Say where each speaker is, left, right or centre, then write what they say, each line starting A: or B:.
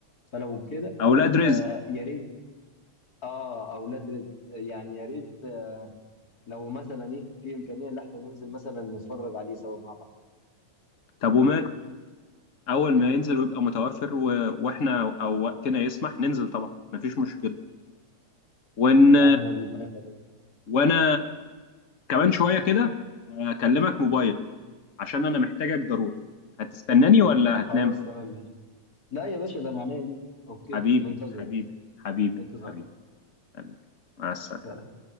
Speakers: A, on the left; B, on the left.
A: فلو كده
B: اولاد رزق
A: آه يا ريت اه اولاد رزق آه، يعني يا ريت آه، لو مثلا ايه في امكانيه ان احنا ننزل مثلا نتفرج عليه سوا مع بعض
B: طب وماله اول ما ينزل ويبقى متوفر و... واحنا او وقتنا يسمح ننزل طبعا مفيش مشكلة وان
A: يا عم والله خلاص
B: وانا كمان شوية كده هكلمك موبايل عشان انا محتاجك ضروري هتستناني ولا هتنام
A: خلاص تمام ماشي لا يا باشا ده انا عينيا ليك اوكي
B: حبيبي
A: منتظر
B: حبيبي حبيبي
A: انتظار
B: حبيبي حبيبي مع السلامة
A: سلام